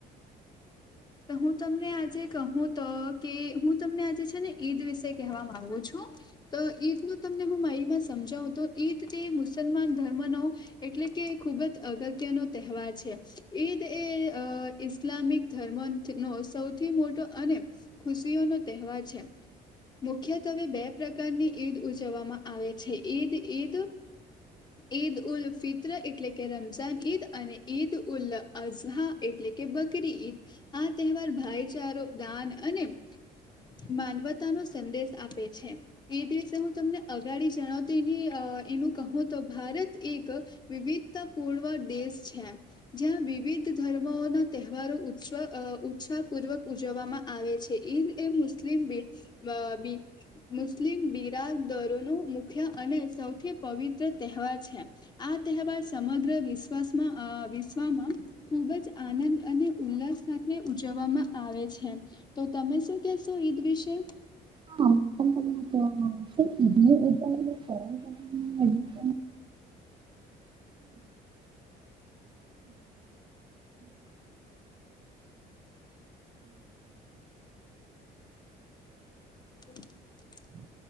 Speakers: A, on the left; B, on the right.
A: તો હું તમને આજે કહું તો કે હું તમને આજે છે, ને ઈદ વિશે કહેવા માંગુ છું તો ઈદનું તમને હું, માહિમાં સમજાઉં તો ઈદ તે મુસલમાન ધર્મનો એટલે કે ખુબ ત અગત્યનો તહેવાર છે. ઈદ એ, અ ઇસ્લામિક ધર્ મંથ નો સૌથી મોટો અને ખુશીઓ નો તહેવાર છે. મુખ્યતવે બે પ્રકારની ઈદ ઉજવવામાં આવે છે. ઈદ, ઈદ ઈદ ઉલ ફિત્ર એટલે કે રમઝાન ઈદ, અને ઈદ ઉલ અઝહા એટલે કે બકરી ઈદ આ તહેવાર ભાઈચારો, દાન અને માનવતા નો સંદેશ આપે છે. એ દિવસે હું, તમને અગાડી જણાવતો એની એનું કહું તો ભારત એક વિવિધતા પૂર્વ દેશ છે, જ્યાં વિવિધ ધર્મ ના તહેવારો ઉત્સાહ પૂર્વક ઉજવવામાં આવે છે, ઈદ એ મુસ્લિમ બીડ બ બી મુસ્લિમ બિરાદરો નો મુખ્ય અને સૌથી પવિત્ર તહેવાર છે. આ તહેવાર સમગ્ર વિશવા વાસમાં વિશ્વમાં ખૂબ જ આનંદ અને, ઉલ્લાસ સાથે ઉજવવામાં આવે છે તો તમે શું કેશો? ઈદ વિશે,
B: હા <inaudible> <inaudible>
A: હમ <inaudible> <inaudible>